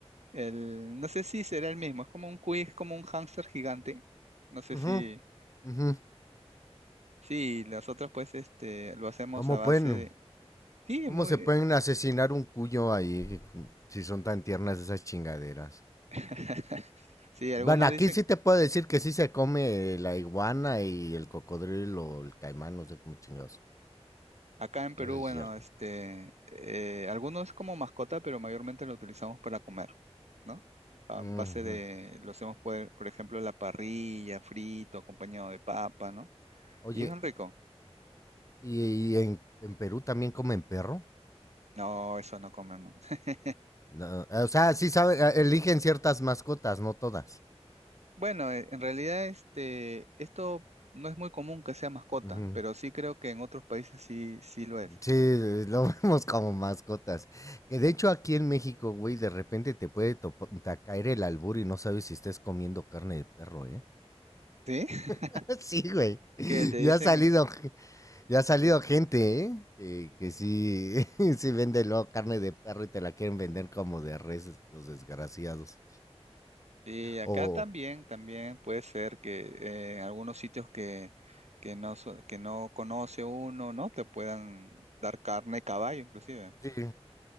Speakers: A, on the right (about 80°); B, on the left (about 30°).
A: El, no sé si será el mismo, es como un cuy, es como un hámster gigante. No sé
B: Ujú,
A: si,
B: ujú.
A: sí, nosotros pues este, lo hacemos
B: ¿Cómo
A: a base
B: pueden,
A: de... Sí,
B: cómo
A: es muy...
B: se pueden asesinar un cuyo ahí si son tan tiernas esas chingaderas?
A: <laughs> Sí, algunos
B: Bueno, aquí
A: dicen,
B: sí te puedo decir que sí se come la iguana y el cocodrilo o el caimán, no sé cómo chingados.
A: Acá en Perú,
B: Eso es
A: bueno,
B: cierto.
A: este, eh, algunos como mascota, pero mayormente lo utilizamos para comer, ¿no? A
B: Ujú.
A: base de, lo hacemos por, por ejemplo, la parrilla, frito, acompañado de papa, ¿no?
B: Oye,
A: Y es bien rico.
B: ¿y, y en, en Perú también comen perro?
A: No, eso no comemos. <laughs>
B: No, eh, o sea, sí saben, eligen ciertas mascotas, no todas.
A: Bueno, eh, en realidad, este, esto no es muy común que sea mascota,
B: Ujú.
A: pero sí creo que en otros países sí, sí lo es.
B: Sí, lo <laughs> vemos como mascotas. Que de hecho aquí en México, güey, de repente te puede topo- ta- caer el albur y no sabes si estés comiendo carne de perro, ¿eh?
A: ¿Sí? <laughs>
B: <laughs> Sí, güey.
A: Que te dicen
B: Ya ha salido, ge- ya ha salido gente, ¿eh? Que, que sí, <laughs> sí vende luego carne de perro y te la quieren vender como de res, los desgraciados.
A: Sí, acá
B: O,
A: también, también puede ser que eh, en algunos sitios que, que no, so- que no conoce uno, ¿no? Te puedan dar carne de caballo, inclusive.
B: sí,